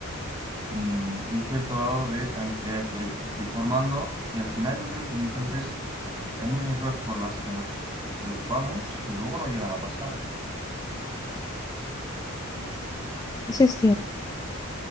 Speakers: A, on the right (about 20°); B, on the left (about 15°).
A: mm, un cierto grado de tranquilidad, decir, oye, me estoy formando y al final yo creo que muchas veces hay muchas cosas por las que nos preocupamos que luego no llegan a pasar.
B: eso es cierto.